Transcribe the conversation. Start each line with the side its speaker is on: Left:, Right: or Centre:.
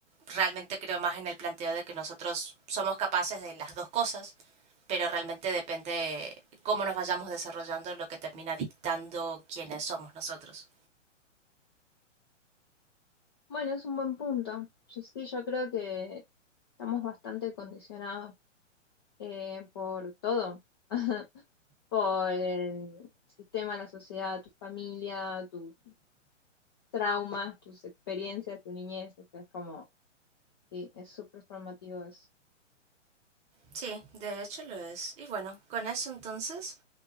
Right: realmente creo más en el planteo de que nosotros somos capaces de las dos cosas, pero realmente depende cómo nos vayamos desarrollando lo que termina dictando quiénes somos nosotros.
Left: Bueno, es un buen punto. Yo sí, yo creo que estamos bastante condicionados eh, por todo, <laughs> por el sistema, la sociedad, tu familia, tus traumas, tus experiencias, tu niñez. O sea, es como, sí, es súper formativo eso.
Right: Sí, de hecho lo es. Y bueno, con eso entonces